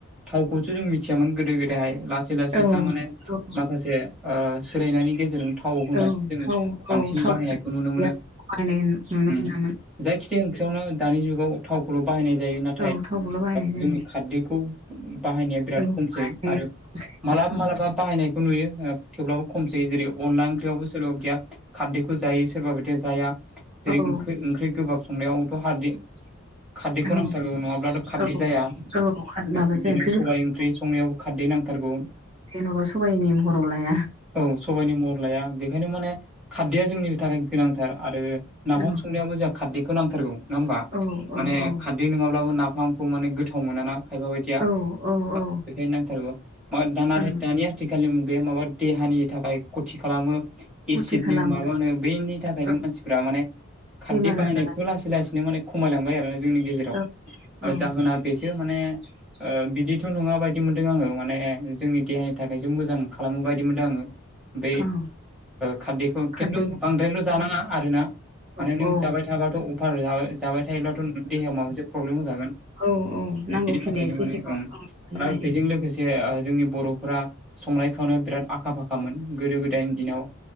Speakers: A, in the centre; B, on the right (about 30°).
A: थावखौसो जों मिथियामोन गोदो गोदायहाय लासै सिलासे
B: औ
A: था माने
B: औ
A: माखासे ओ सोलायनायनि गेजेरजों थाव होनानै
B: औ
A: जों
B: थाव
A: बांसिन
B: औ थाव
A: बाहायनायखौ
B: गैया
A: नुनो मोनो
B: बायनाय नुनो
A: उम
B: मोनामोन
A: जायखिजाया ओंख्रियावनो दानि जुगाव थावखौल' बाहायनाय जायो नाथाय
B: औ थावखौल' बायनाय जायो
A: जोंनि खारदैखौ बाहायनाया बिराद
B: औ
A: खमसै
B: बायनाय
A: आरो
B: औ
A: मालाबा मालाबा बाहायनायखौ नुयो थेवब्लाबो खम जायो जेरै अनला ओंख्रियावबो सोरबा बिदिया खारदैखौ जायो सोरबा बिायदिया जाया जेरै
B: औ
A: ओंख्रि गोबाब संनायावथ' खारदै खारदैखौ
B: औ
A: नांथारगौ नङाब्लाथ' खारदै
B: औ
A: जाया आरो
B: औ माबाजों
A: बिदिनो
B: ओंख्रि गोबाब
A: सबाय ओंख्रि संनायावबो खारदै नांथारगौ
B: जेन'बा सबाइ ने महराव लाया
A: औ सबायनि महर लाया बेखायनो माने खारदैया जोंनि थाखाय गोनांथार आरो नाफाम
B: औ
A: संनायावबो जोंहा खारदैखौ नांथारगौ नङा होमबा
B: औ
A: माने
B: औ औ
A: खारदै बे नङाब्लाबो नाफामखौ माने गोथाव मोना ना खायबा बायदिया
B: औ औ औ
A: बेखायनो नांथारगौ दाना
B: ओं
A: दानिया आथिखालनि बे माबा देहानि थाखाय खथि खालामो
B: फुरथि
A: एसिडनो
B: खालामो
A: माबानो बैनि थाखायनो
B: औ
A: मानसिफ्रा माने खारदै
B: बेमार
A: बाहायनायखौ
B: आजारा
A: लासै लासैनो माने खमायलांबाय आरोना जोंनि गेजेराव
B: औ औ
A: जाहोना बेसे माने बिदिथ' नङा बायदि मोनदों आङो माने जोंनि देहानि थाखायसो मोजां खालामो बायदि मोनदों आङो बे
B: औ
A: खारदैखौ
B: खारदैया
A: खिन्थु बांद्रायल' जानाङा
B: औ
A: आरोना माने
B: औ
A: नों
B: औ
A: जाबाय थाबाथ' अफार जाबाय थायोब्लाथ' नों देहायाव माबा मोनसे प्रब्लेम होखागोन
B: औ औ नांगौखिनि
A: बेनि थाखायनो
B: एसे
A: माने
B: एसेखौ औ
A: ओं
B: मोननो
A: आरो
B: हायो
A: बेजों लोगोसे बे जोंनि बर'फोरा संनाय खावनाय बिराद आखा फाखामोन गोदो गोदायनि दिनाव